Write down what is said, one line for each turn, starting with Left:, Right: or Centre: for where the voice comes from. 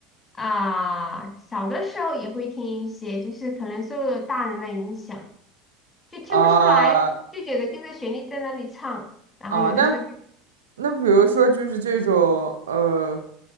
Left: 啊、小的时候也会听一些，就是可能受了大人的影响，就听不出来，
Right: 啊
Left: 就觉得跟着旋律在那里唱，然后有的时候。
Right: 啊，那那比如说就是这种呃